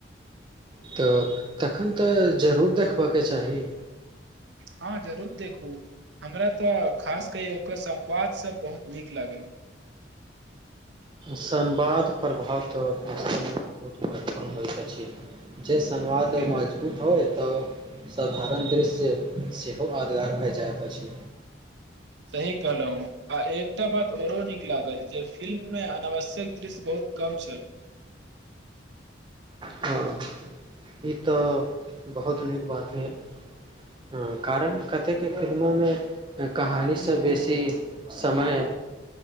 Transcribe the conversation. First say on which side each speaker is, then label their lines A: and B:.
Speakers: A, on the right; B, on the right.
A: तऽ तखन तऽ जरूर देखबऽ के चाही
B: हँ जरूर देखू हमरा तऽ खास की ओकर संवाद सब बहुत नीक लागल
A: संवाद प्रभाव तऽ भमे बहुत महत्वपूर्ण होइत अछि जे संवादमे
B: बिल
A: <unintelligible> ट होइ तऽ साधारण दृश्य सेहो यादगार भए जाइत अछि
B: सही कहलहुँ आ एकटा बात ओरो नीक लागल जे फिल्म मे अनावश्यक दृश्य बहुत कम छल
A: <inaudible> हँ ई तऽ बहुत नीक बात भेल हँ कारण कतेक फिल्मो मे कहानी सँ बेसी समय